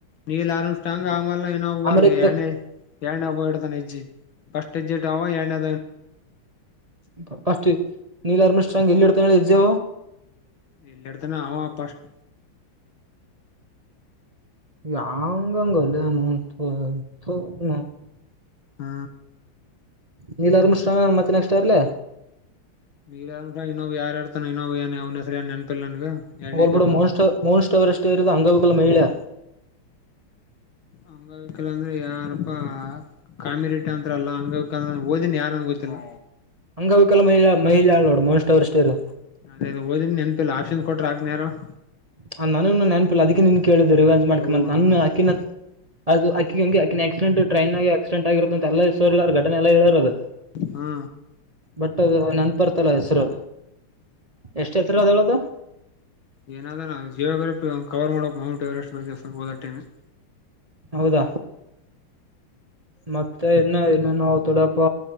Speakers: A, on the left; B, on the right.
A: ನೀಲ ಆರಮ್ ಸ್ಟ್ರಾಂಗ್ ಆಮೇಲ ಇನ್ನೊಬ್ಬ
B: ಅಮೆರಿಕದಾಗ
A: ಹಾರ್ದ ಎರಡನೇ, ಎರಡನೇ ಒಬ್ಬವ ಇಡ್ತಾನ ಎಜ್ಜಿ ಫಸ್ಟ್ ಹೆಜ್ಜಿ ಇಟ್ಟವ ಅವ ಎರಡನೇ
B: ಪ ಪಸ್ಟ್ ನೀಲ ಆರಮ ಸ್ಟ್ರಾಂಗ್ ಎಲ್ಲಿ ಇಡ್ತನಾ ಹೇಳ ಅವ ಹೆಜ್ಜಿ.
A: ಯಲ್ಲಿ ಇಡ್ತಾನ ಆವಾ ಪಸ್ಟ್,
B: <unintelligible>
A: ಹಾ,
B: ನೀಲ್ ಅರ್ಮ ಸ್ಟ್ರಾಂಗ ಮತ್ತೆ ನೆಕ್ಸ್ಟ್ ಆರ್ಲಿ.
A: <unintelligible>
B: ಹೋಲಿಬಿಡು
A: ಹೆಜ್ಜಿಟ್
B: ಮನ್
A: ಅವ
B: ಮನ್ ಅವರ ಎಷ್ಟೇ ಇರೋದು ಅಂಗವಿಕಲ ಮಹಿಳೆ.
A: ಹಂಗವಿಕಲ ಅಂದ್ರೆ ಯಾರಪ್ಪ ಕಾಮಿ ರೀಟ್ ಅಂತತ್ರಲ್ಲ ಹಂಗವಿಕಲ್, ಓದಿನಿ ಯಾರನ್ ಗೊತ್ತಿಲ್ಲ.
B: ಹಂಗ ಅವಿಕಲ್ಲ ಮಹಿಳಾ ಮಹಿಳಾ ನೋಡು ಮನ್ಸ್ ಅವರು ಅಷ್ಟೇರು,
A: ಅದೇ ಅದು ಓದಿನಿ ನೆನ್ಪಿಲ್ಲ ಆಪ್ಷನ್ ಕೊಟ್ರ ಆಗ್ನ ಯಾರು ಹೇಳ್.
B: ಹ ನಾನು ನೆನ್ಪಿಲ್ಲ ಅದಕ್ಕೆ ನಿನ್ ಕೇಳಿದ್ ರಿವಾಜ್ ಮಾಡ್ಕ
A: ತೋನು
B: ಮತ್ ನನ್ ಅಕಿನ ಅದು ಅಕ್ಕಿ ಹಂಗೆ ಅಕ್ಕಿನ ಆಕ್ಡೆಂಟ್ ಟ್ರನ್ ಆಕ್ಡೆಂಟ್ ಆಗರೋ ಅಂತೆ ಎಲ್ಲ ಹೆೋ ಘಟನೆ ಎಲ್ಲಾ ಹೇಳರೋದು.
A: ಹಾ
B: ಬಟ್ ನೆನಪ ಬರ್ತಾ ಇಲ್ ಹೆಸರು. ಎಷ್ಟ ಎತ್ತರ ಆದ ಹೇಳ ಅದು.
A: ಏನಾ ಆದ ಎನ್ ನಾವು ಜಿಯೋಗ್ರಫಿ ಒ ಕವರ್ ಮಾಡಕ್ ಮೌಂಟ್ ಎವರೆಸ್ಟ್ ಬಗ್ಗೆ ಸ್ವಲ್ಪ ಓದೋ ಟೈಮ್ಗಿ
B: ಹೌದಾ, ಮತ್ತೆ ಇನ್ನು ಏನು ನಾವು ತೊಡಪ್ಪ.